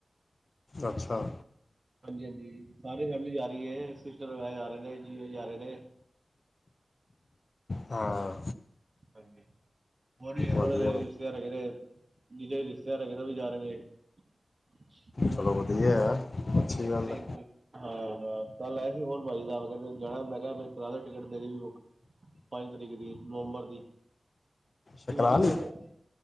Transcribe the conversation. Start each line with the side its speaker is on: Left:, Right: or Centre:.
Left: ਅੱਛਾ।
Right: ਹਾਂਜੀ- ਹਾਂਜੀ ਸਾਰੀ ਫੈਮਿਲੀ ਜਾ ਰਹੀ ਹੈ ਸਿਸਟਰ ਜਾ ਰਹੇ ਨੇ ਜੀਜਾ ਜੀ ਜਾ ਰਹੇ ਨੇ।
Left: ਹਾਂ।
Right: ਹਾਂਜੀ। ਹੋਰ ਵੀ ਹੈ
Left: ਵਧੀਆ
Right: ਥੋੜੇ ਜੇ
Left: ਵਧੀਆ
Right: ਰਿਸ਼ਤੇਦਾਰ ਹੇਗੇ ਨੇ, ਜੀਜਾ ਜੀ ਦੇ ਰਿਸ਼ਤੇਦਾਰ ਹੈਗੇ ਨੇ ਉਹ ਵੀ ਜਾ ਰਹੇ ਨੇ। <inaudible>
Left: ਚਲੋ ਵਧੀਆ
Right: ਹਾਂਜੀ
Left: ਐ, ਅੱਛੀ
Right: ਪੰਜ
Left: ਗੱਲ
Right: ਤਰੀਕ
Left: ਹੈ।
Right: ਨੂੰ ਹਾਂ- ਹਾਂ ਕੱਲ ਆਇਆ ਸੀ ਓਨ ਭਾਜੀ ਦਾ ਕਹਿੰਦੇ ਜਾਣਾ ਮੈਂ ਕਿਹਾ ਫੇਰ ਕਰਾਲੋ ਟਿਕਟ ਮੇਰੀ ਵੀ ਬੂਕ। ਪੰਜ ਤਰੀਕ ਦੀ ਨਵੰਬਰ ਦੀ।
Left: ਸ਼ਕਰਾ
Right: ਦੀਵਾਲੀ
Left: ਲਈ
Right: ਦੇ ਕਹਿੰਦੇ